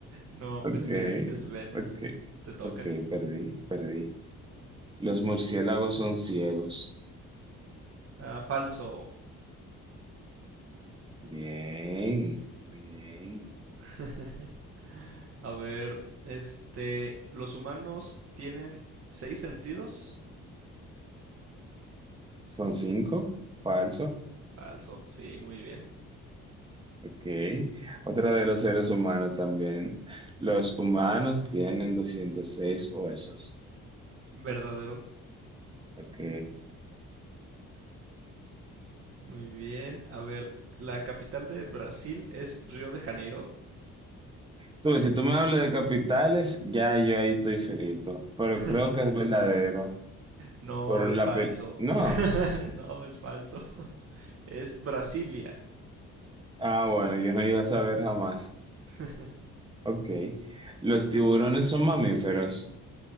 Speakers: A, on the right; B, on the right.
A: No, pues
B: Ok,
A: sí, es, es Venus.
B: ok,
A: Te toca.
B: ok, perdí, perdí. Los murciélagos son ciegos.
A: Ah, falso.
B: Bien, muy bien.
A: <laughs> A ver, este, ¿los humanos tienen seis sentidos?
B: ¿Son cinco? Falso.
A: Falso, sí, muy bien.
B: Ok. Otra de los seres humanos también. Los humanos tienen 206 huesos.
A: Verdadero,
B: Ok.
A: muy bien. A ver, ¿la capital de Brasil es Río de Janeiro?
B: Tú ves, si tú me hablas de capitales, ya yo ahí estoy frito. Pero
A: <laughs>
B: creo que es verdadero.
A: No,
B: Por
A: es
B: la
A: falso.
B: pel... No.
A: <laughs> No, es falso. Es Brasilia.
B: Ah, bueno, yo no iba a saber jamás.
A: <laughs>
B: Ok. Los tiburones son mamíferos.